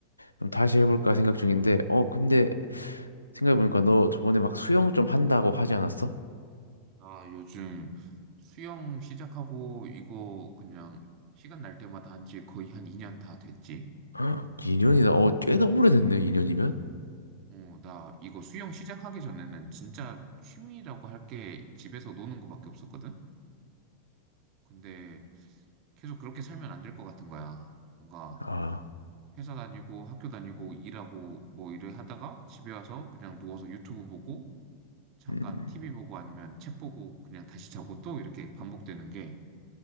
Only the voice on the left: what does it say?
좀
다시 해볼까 생각 중인데, 어, 근데 생각해보니까 너 저번에 막 수영 좀 한다고 하지 않았어?
<gasps> 2년이나, 어, 꽤나 오래됐네, 2년이면?
아,
음,